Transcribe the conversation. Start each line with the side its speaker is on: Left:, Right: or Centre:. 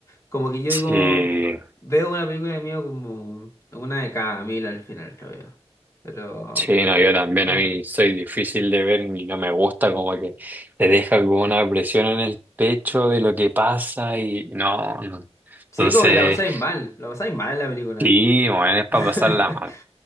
Left: Como que yo
Right: che.
Left: digo, veo una película de miedo como una de cada mil al final, creo yo. Pero...
Right: Sí, no, yo también
Left: Bueno.
Right: a mí soy difícil de ver y no me gusta como que te deja como una presión en el pecho de lo que pasa y no, no.
Left: Sí,
Right: Entonces,
Left: como que la pasáis mal, la pasáis mal en la película.
Right: sí, bueno, es para
Left: <laughs>
Right: pasarla mal.